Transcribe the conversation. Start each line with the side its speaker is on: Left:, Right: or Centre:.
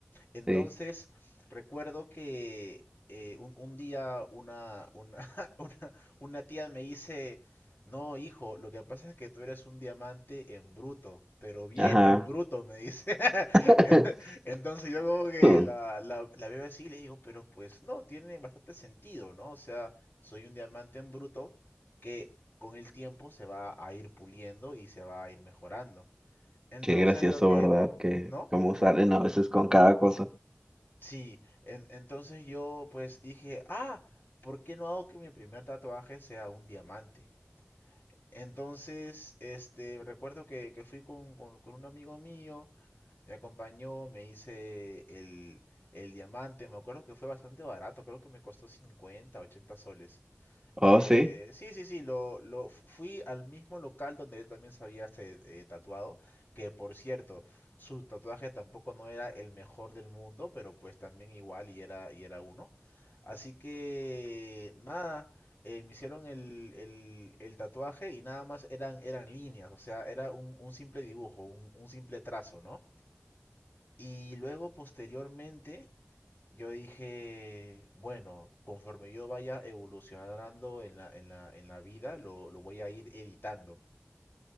Left: Entonces,
Right: sí,
Left: recuerdo que eh, un, un día una, una, <laughs> una, una tía me dice, no, hijo, lo que pasa es que tú eres un diamante en bruto, pero bien
Right: ajá.
Left: en bruto, me dice. <laughs>
Right: <laughs>
Left: Entonces yo como que
Right: Mm,
Left: la, la, la veo así y le digo, pero pues no, tiene bastante sentido, ¿no? O sea, soy un diamante en bruto que con el tiempo se va a ir puliendo y se va a ir mejorando. Entonces
Right: Qué gracioso,
Left: lo que,
Right: ¿verdad? Que
Left: ¿no?
Right: cómo salen a veces con cada cosa.
Left: Sí, en- entonces yo pues dije, ah, ¿por qué no hago que mi primer tatuaje sea un diamante? Entonces, este, recuerdo que, que fui con, con- con un amigo mío, me acompañó, me hice el, el diamante, me acuerdo que fue bastante barato, creo que me costó 50 80 soles.
Right: Oh,
Left: Eh,
Right: sí.
Left: sí, sí, sí, lo, lo fu- fui al mismo local donde él también se había este, eh, tatuado, que por cierto, su tatuaje tampoco no era el mejor del mundo, pero pues también igual y era, y era uno. Así que nada, eh, me hicieron el, el, el tatuaje y nada más eran, eran líneas, o sea, era un, un simple dibujo, un, un simple trazo, ¿no? Y luego posteriormente yo dije, bueno, conforme yo vaya evolucionando en la, en la, en la vida, lo, lo voy a ir editando.